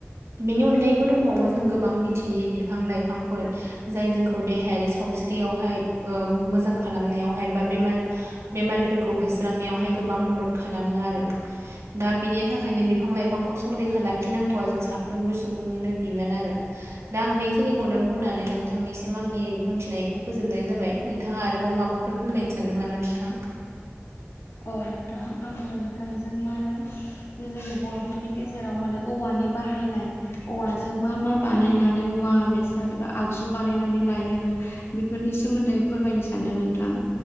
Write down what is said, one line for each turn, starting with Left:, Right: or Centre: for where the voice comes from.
Right: बेनि अनगायैबो दंबावो जों गोबां मिथियै बिफां लाइफांफोर जाय जोंखौ देहायारि सावस्रियावहाय मोजां खालामनायावहाय बा बेमारफोरखौ होस्रांनायावहाय गोबां मदद खालामो आरो दा बिनि थाखायनो बिफां लाइफांखौ संरैखा लाखिनांगौआ जों साफ्रोमबो सुबुंनिनो बिबान आरो दा आं बेखिनिखौनो बुंनानै नोंथांनिसिम आंनि बुंथिनायखौ फोजोबनाय जाबाय नोंथाङा आरोबाव माबा फोर फोरमायनो सानदों नामा नोंथां
Left: अ नोंथां आंबो नोंथांजों मा होनो जोंनि बर'फोरनि गेजेराव माने औवानि बाहायनाय औवाजों मा मा बानायनानै मुवा बेसाद एबा आगजु बानायनानै लायो बेफोरनि सोमोन्दै फोरमायनो सानदों नोंथां